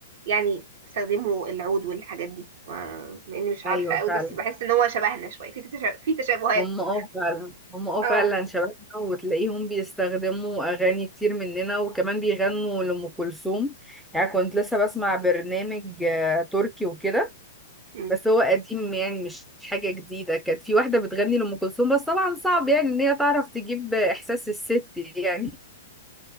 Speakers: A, on the right (about 60°); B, in the centre.
A: يعني استخدموا العود والحاجات دي و- مع اني مش عارفه
B: ايوه
A: قوي
B: فعلا
A: بس بحس ان هو شبهنا شويه في تتش... في تشابهات
B: هم اه فعلا هم اه
A: اه
B: فعلا شبابنا وتلاقيهم بيستخدموا اغاني كتير مننا وكمان بيغنوا لأم كلثوم يعني كنت لسه بسمع برنامج آه، تركي وكده
A: امم
B: بس هو قديم يعني مش حاجة جديدة كانت في واحدة بتغني لأم كلثوم بس طبعا صعب يعني إن هي تعرف تجيب إحساس الست يعني